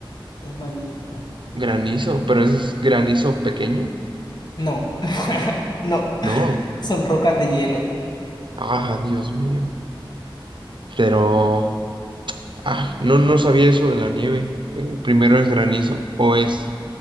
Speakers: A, on the left; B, on the right.
A: es magnífico.
B: Granizo. ¿Pero ese es granizo pequeño?
A: No, <laughs> no,
B: No.
A: son rocas de hielo.
B: Ah, Dios mío. Pero... Ah, no, no sabía eso de la nieve. que primero es granizo. ¿O es,